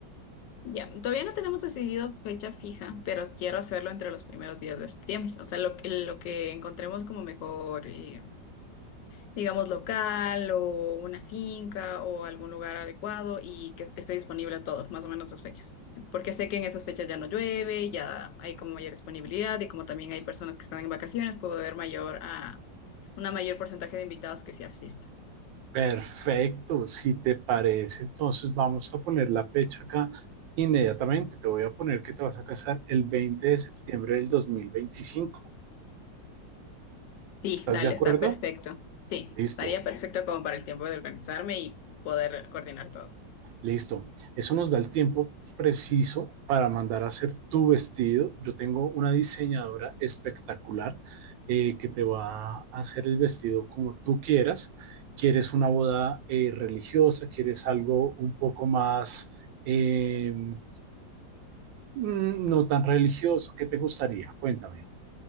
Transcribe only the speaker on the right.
Perfecto, si te parece, entonces vamos a poner la fecha acá inmediatamente. Te voy a poner que te vas a casar el 20 de septiembre del 2025.
¿Estás
de acuerdo?
Listo,
listo. Eso nos da el tiempo preciso para mandar a hacer tu vestido. Yo tengo una diseñadora espectacular eh, que te va a hacer el vestido como tú quieras. ¿Quieres una boda eh, religiosa? ¿Quieres algo un poco más... em, no tan religioso. ¿Qué te gustaría? Cuéntame.